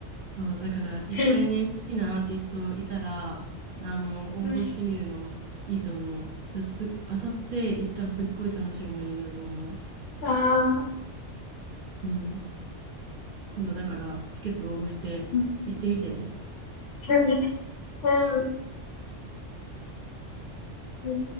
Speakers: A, on the right; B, on the left.
A: そう、だから一回ね、
B: うん、
A: 好きなアーティストいたら、あの、応募してみるのいいと思う。
B: うん
A: そしたらす、当たって行ったらすっごい楽しい思い出になると思う。
B: ああ、
A: うん。今度だからチケット応募して行ってみてね。
B: うん、うん、うん。うん